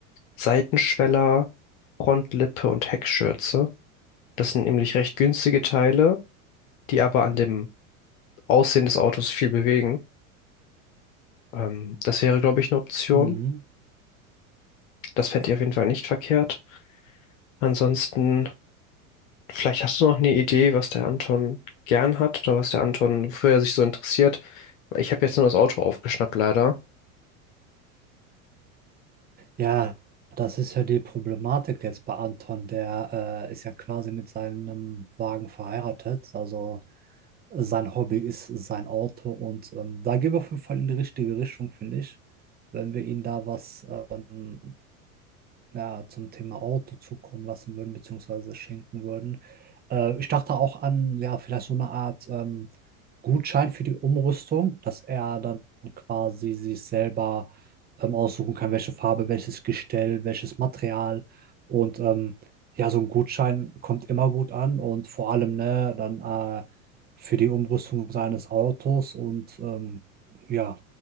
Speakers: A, on the left; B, on the right.
A: Seitenschweller, Frontlippe und Heckschürze. Das sind nämlich recht günstige Teile, die aber an dem Aussehen des Autos viel bewegen. Ähm, das wäre, glaube ich, eine Option.
B: Mhm.
A: Das fände ich auf jeden Fall nicht verkehrt. Ansonsten, vielleicht hast du noch eine Idee, was der Anton gern hat oder was der Anton, wofür er sich so interessiert. Ich habe jetzt nur das Auto aufgeschnappt, leider.
B: Ja, das ist ja die Problematik jetzt bei Anton. Der äh, ist ja quasi mit seinem Wagen verheiratet. Also sein Hobby ist sein Auto und ähm, da gehen wir auf jeden Fall in die richtige Richtung, finde ich. Wenn wir ihm da was ähm, ja, zum Thema Auto zukommen lassen würden, beziehungsweise schenken würden. Äh, ich dachte auch an, ja, vielleicht so eine Art ähm, Gutschein für die Umrüstung, dass er dann quasi sich selber ähm, aussuchen kann, welche Farbe, welches Gestell, welches Material. Und ähm, ja, so ein Gutschein kommt immer gut an und vor allem, ne, dann äh, für die Umrüstung seines Autos und ähm, ja.